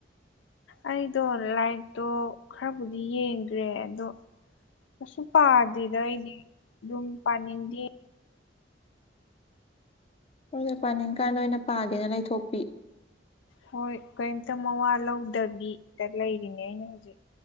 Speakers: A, on the left; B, on the left.
A: ꯑꯩꯗꯣ ꯂꯥꯏꯔꯤꯛꯇꯣ ꯈꯔꯕꯨꯗꯤ ꯌꯦꯡꯈ꯭ꯔꯦ ꯑꯗꯣ ꯀꯩꯁꯨ ꯄꯥꯗꯦꯗ ꯑꯩꯗꯤ ꯑꯗꯨꯝ ꯄꯥꯅꯤꯡꯗꯦ
B: ꯍ ꯄꯥꯅꯤꯡꯀꯥꯟꯗ ꯑꯣꯏꯅ ꯄꯥꯒꯦꯅ ꯂꯩꯊꯣꯛꯄꯤ
A: ꯍꯣꯏ ꯀꯔꯤꯝꯇ ꯃꯋꯥ ꯂꯧꯗꯕꯤꯗ ꯂꯩꯔꯤꯅꯦ ꯑꯩꯅ ꯍꯧꯖꯤꯛ